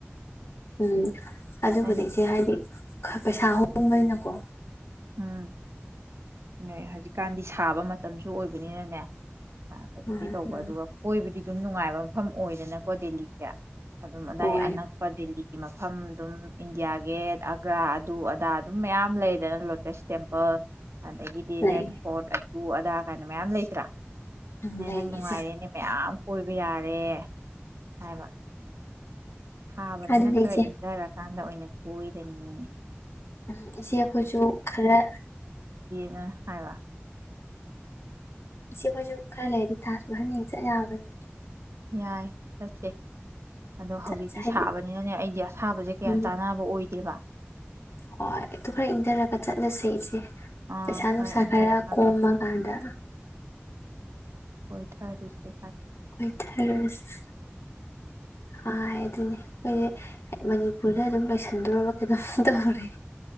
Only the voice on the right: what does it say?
ꯑꯩꯅ
ꯎꯝ ꯅꯣꯏ ꯍꯧꯖꯤꯛꯀꯥꯟꯗꯤ ꯁꯥꯕ ꯃꯇꯝꯁꯨ ꯑꯣꯏꯕꯅꯤꯅꯅꯦ ꯑ ꯀꯩꯅꯣꯗꯤ
ꯇꯧꯕ
ꯑꯗꯨꯒ ꯀꯣꯏꯕꯗꯤ ꯑꯗꯨꯝ ꯅꯨꯡꯉꯥꯏꯕ ꯃꯐꯝ ꯑꯣꯏꯗꯅꯀꯣ ꯗꯦꯜꯂꯤꯁꯦ ꯑꯗꯨꯝ ꯑꯗꯥꯏ
ꯑꯅꯛꯄ ꯗꯤꯜꯂꯤꯒꯤ ꯃꯐꯝ ꯑꯗꯨꯝ ꯏꯟꯗꯤꯌꯥ ꯒꯦꯠ ꯑꯒ꯭ꯔꯥ ꯑꯗꯨ ꯑꯗꯥ ꯑꯗꯨꯝ ꯃꯌꯥꯝ ꯂꯩꯗꯅ ꯂꯣꯇꯁ ꯇꯦꯝꯄꯥꯜ ꯑꯗꯥꯒꯤꯗꯤ
ꯔꯦꯠ ꯐꯣꯔꯠ ꯑꯗꯨ ꯑꯗꯥ ꯀꯥꯏꯅ ꯃꯌꯥꯝ ꯂꯩꯇ꯭ꯔꯥ
ꯑꯦ
ꯅꯪ ꯅꯨꯡꯉꯥꯏꯔꯦꯅꯦ
ꯃꯌꯥꯝ ꯀꯣꯏꯕ ꯌꯥꯔꯦ ꯍꯥꯏꯕ ꯁꯥꯕꯅꯤꯅ
ꯈꯔ
ꯏꯪꯊꯔꯒꯦ ꯏꯪꯑꯀꯥꯟꯗ ꯑꯣꯏꯅ ꯀꯣꯏꯔꯅꯤ
ꯅ ꯍꯥꯏꯕ
ꯌꯥꯏ ꯆꯠꯁꯦ ꯑꯗꯣ
ꯍꯧꯖꯤꯛꯇꯤ
ꯁꯥꯕꯅꯤꯅꯅꯦ ꯑꯩꯗꯤ ꯑꯁꯥꯕꯁꯦ ꯀꯌꯥ
ꯆꯥꯟꯅꯕ ꯑꯣꯏꯗꯦ <unintelligible>
ꯑꯥ
ꯏꯪꯊꯔꯀꯥꯟꯗ
ꯀꯣꯏ ꯊꯥꯔꯨꯁꯦ